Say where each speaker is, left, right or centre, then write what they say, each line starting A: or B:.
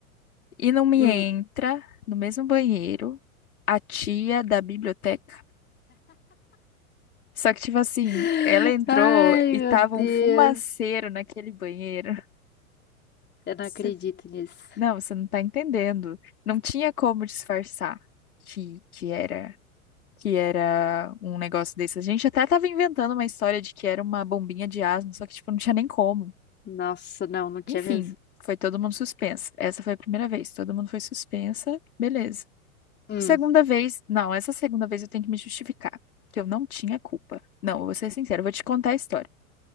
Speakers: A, on the left (about 80°); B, on the left (about 25°).
A: E não me
B: hum.
A: entra no mesmo banheiro a tia da biblioteca. Só que, tipo assim,
B: <laughs>
A: ela entrou
B: Ai,
A: e
B: meu
A: tava
B: Deus.
A: um fumaceiro naquele banheiro. <laughs>
B: Eu não
A: Você-
B: acredito nisso.
A: Não, você não tá entendendo. Não tinha como disfarçar que, que era. que era um negócio desse. A gente até tava inventando uma história de que era uma bombinha de asma, só que, tipo, não tinha nem como.
B: Nossa, não, não tinha
A: Enfim,
B: mesmo.
A: foi todo mundo suspensa. Essa foi a primeira vez, todo mundo foi suspensa. Beleza.
B: Hum,
A: Segunda vez, não, essa segunda vez eu tenho que me justificar, que eu não tinha culpa. Não, eu vou ser sincera, eu vou te contar a história.